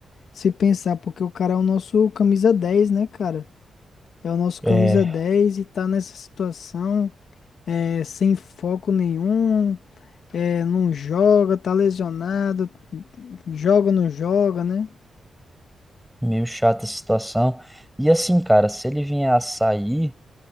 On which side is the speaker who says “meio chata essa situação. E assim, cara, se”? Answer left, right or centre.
Centre